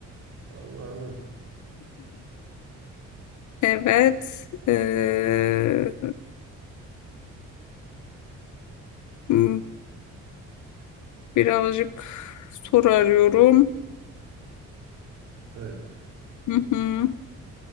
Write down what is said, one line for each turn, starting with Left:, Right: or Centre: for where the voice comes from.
Right: Vallahi abi.
Left: Evet. Ee, hmm, birazcık soru arıyorum.
Right: Evet.
Left: Hı hı.